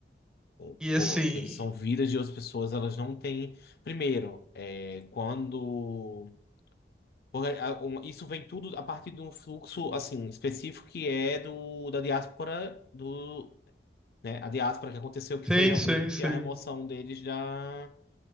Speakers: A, in the centre; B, on the left.
A: E
B: Tipo,
A: assim,
B: aqueles são vidas de outras pessoas, elas não têm. Primeiro, é, quando. porque, a, um, isso vem tudo a partir de um fluxo assim específico que é do da diáspora do, né, a diáspora que aconteceu que
A: sim,
B: foi realmente
A: sim, sim.
B: a remoção deles da,